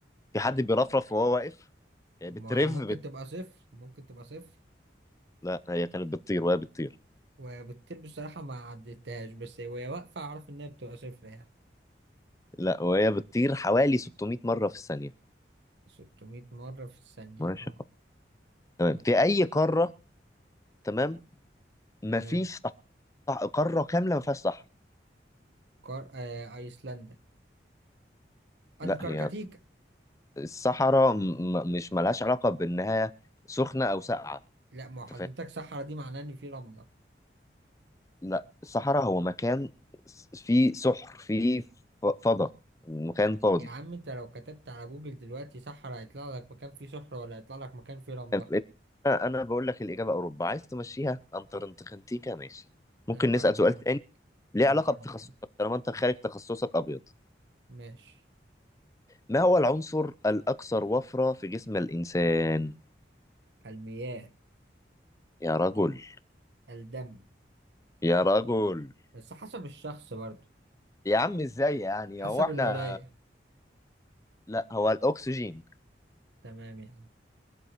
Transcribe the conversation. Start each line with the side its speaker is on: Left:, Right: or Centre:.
Left: في حد بيرفرف وهو واقف يعني
Right: طب
Left: بترف
Right: ما هي ممكن
Left: بت...
Right: تبقى صفر ممكن تبقى صفر
Left: لا هي كانت بتطير وهي بتطير
Right: وبتطير بصراحة ما عدتهاش بس وهي واقفة أعرف إنها بتبقى صفر يعني
Left: لا وهي بتطير حوالي 600 مره في الثانيه
Right: 600 مرة في الثانية
Left: ما شاء
Right: اه
Left: الله تمام في اي قاره تمام مفيش
Right: تمام
Left: صح... صح- قاره كامله ما فيهاش صحراء
Right: كار... آه... أيسلندا أنكركتيك
Left: لا هي الصحراء م... م- مش ملهاش علاقه بانها سخنه او ساقعه
Right: لا ما هو حضرتك
Left: انت
Right: صحرا دي معناه إن في رملة
Left: لا الصحراء هو مكان فيه سحر فيه ف- فضاء مكان فاضي
Right: يا عم أنت لو كتبت على جوجل دلوقتي صحرا هيطلع لك مكان فيه صحرا ولا هيطلع لك مكان فيه رملة
Left: طب انا أنا بقول لك الاجابه اوروبا عايز تمشيها انتر انتخنتيكا ماشي ممكن
Right: أنكركتيك
Left: نسال سؤال تاني ليه
Right: أنكركتيك
Left: علاقه بتخصصك طالما انت خارج تخصصك ابيض
Right: ماشي
Left: ما هو العنصر الاكثر وفره في جسم الانسان
Right: المياه
Left: يا رجل
Right: الدم
Left: يا رجل
Right: بس حسب الشخص برضو
Left: يا عم ازاي يعني
Right: حسب
Left: هو احنا
Right: الولاية
Left: لا هو الاكسجين
Right: تمام يعني